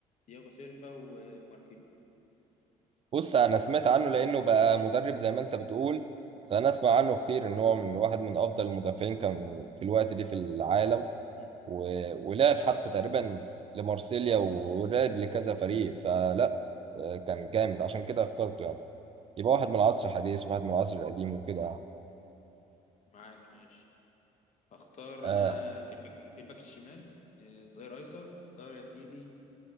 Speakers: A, on the left; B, on the right.
A: دياغو سيلفا وماركينيوس
B: بص انا سمعت
A: انا
B: عنه لانه بقى مدرب زي ما انت بتقول فانا اسمع عنه كتير ان هو من واحد من افضل المدافعين كان في الوقت ده في العالم
A: مم.
B: و... ولعب
A: فاهمك
B: حتى تقريبا لمارسيليا ولعب لكذا فريق فلا آه، كان جامد عشان كده اخترته يعني يبقى واحد من العصر الحديث وواحد من العصر القديم وكده يعني.
A: معاك ماشي هختار
B: آه
A: انا في الباك في الباك الشمال آه، ظهير ايسر هختار يا سيدي